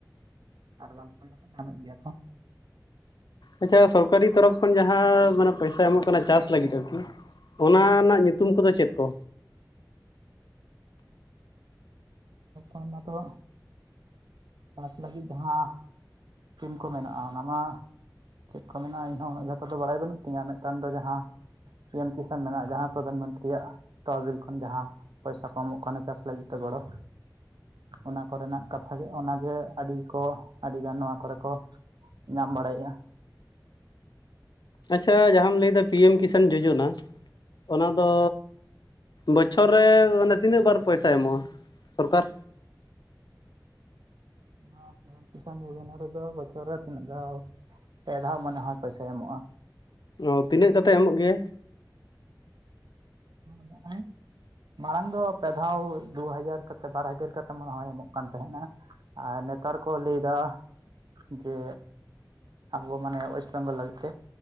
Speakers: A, on the right (about 80°); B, on the left (about 70°).
A: ᱟᱨ ᱵᱟᱝᱠᱷᱟᱱ ᱦᱚᱠᱚ ᱧᱟᱢᱮᱫ ᱜᱮᱭᱟ ᱠᱚ᱾
B: ᱟᱪᱪᱷᱟ ᱥᱚᱨᱠᱟᱨᱤ ᱛᱚᱨᱚᱯᱷ ᱠᱷᱚᱱ ᱡᱟᱦᱟᱸ ᱢᱟᱱᱮ ᱯᱚᱭᱥᱟ ᱮᱢᱚᱜ ᱠᱟᱱᱟ ᱪᱟᱥ ᱞᱟᱹᱜᱤᱫ ᱟᱨᱠᱤ᱾ ᱚᱱᱟ ᱨᱮᱱᱟᱜ ᱧᱩᱛᱩᱢ ᱠᱚᱫᱚ ᱪᱮᱫ ᱠᱚ?
A: <inaudible> ᱢᱟᱛᱚ, ᱪᱟᱥ ᱞᱟᱹᱜᱤᱫ ᱡᱟᱦᱟᱸ ᱠᱤᱢ ᱠᱚ ᱢᱮᱱᱟᱜᱼᱟ ᱚᱱᱟᱢᱟ ᱪᱮᱜ ᱠᱚ ᱢᱮᱱᱟᱜᱼᱟ ᱤᱧᱦᱚᱸ ᱩᱱᱟᱹᱜ ᱡᱷᱚᱛᱚ ᱫᱚ ᱵᱟᱲᱟᱭ ᱵᱟᱹᱱᱩᱜ ᱛᱤᱧᱟ ᱢᱮᱜᱴᱟᱱ ᱫᱚ ᱡᱟᱦᱟᱸ ᱯᱤᱮᱢ ᱠᱤᱥᱟᱱ ᱢᱮᱱᱟᱜᱼᱟ ᱡᱟᱦᱟᱸ ᱯᱨᱚᱫᱷᱟᱱ ᱢᱚᱱᱛᱨᱤᱭᱟᱜ ᱛᱚᱵᱤᱞ ᱠᱷᱚᱱ ᱡᱟᱦᱟᱸ ᱯᱚᱭᱥᱟ ᱠᱚ ᱮᱢᱚᱜ ᱠᱟᱱᱟ ᱪᱟᱥ ᱞᱟᱹᱜᱤᱫ ᱛᱮ ᱜᱚᱲᱚ ᱚᱱᱟ ᱠᱚᱨᱮᱱᱟᱜ ᱠᱟᱛᱷᱟ ᱜᱮ ᱚᱱᱟᱜᱮ ᱟᱹᱰᱤ ᱠᱚ ᱟᱹᱰᱤ ᱜᱟᱱ ᱱᱚᱣᱟ ᱠᱚᱨᱮ ᱠᱚ ᱧᱟᱢ ᱵᱟᱲᱟᱭᱮᱜᱼᱟ᱾
B: ᱟᱪᱪᱷᱟ ᱡᱟᱦᱟᱸᱢ ᱞᱟᱹᱭᱫᱟ ᱯᱤ ᱮᱢ ᱠᱤᱥᱟᱱ ᱡᱳᱡᱚᱱᱟ, ᱚᱱᱟ ᱫᱚ ᱵᱚᱪᱷᱚᱨ ᱨᱮ ᱢᱟᱱᱮ ᱛᱤᱱᱟᱹᱜ ᱵᱟᱨ ᱯᱚᱭᱥᱟᱭ ᱮᱢᱚᱜᱼᱟ ᱥᱚᱨᱠᱟᱨ?
A: ᱱᱚᱣᱟ ᱯᱤ ᱮᱢ ᱠᱤᱥᱟᱱ ᱡᱳᱡᱚᱱᱟ ᱨᱮᱫᱚ ᱵᱚᱪᱷᱚᱨ ᱨᱮ ᱛᱤᱱᱟᱹᱜ ᱫᱷᱟᱣ, ᱯᱮ ᱫᱷᱟᱣ ᱢᱟᱱᱮ ᱦᱚᱭ ᱯᱚᱭᱥᱟᱭ ᱮᱢᱚᱜᱼᱟ᱾
B: ᱚᱻ ᱛᱤᱱᱟᱹᱜ ᱠᱟᱛᱮ ᱮᱢᱚᱜ ᱜᱮᱭᱟᱭ?
A: <inaudible> ᱢᱟᱲᱟᱝ ᱫᱚ ᱯᱮ ᱫᱷᱟᱣ᱾ ᱫᱩ ᱦᱟᱡᱟᱨ ᱠᱟᱛᱮ ᱵᱟᱨ ᱦᱟᱡᱟᱨ ᱠᱟᱛᱮ ᱢᱟᱲᱮ ᱦᱚᱭ ᱮᱢᱚᱜ ᱠᱟᱱ ᱛᱟᱦᱮᱸᱱᱟ, ᱟᱨ ᱱᱮᱛᱟᱨ ᱠᱚ ᱞᱟᱹᱭ ᱫᱟ ᱡᱮ ᱟᱵᱚ ᱢᱟᱱᱮ ᱳᱭᱮᱥᱴ ᱵᱮᱝᱜᱚᱞ ᱞᱟᱹᱜᱤᱫ ᱛᱮ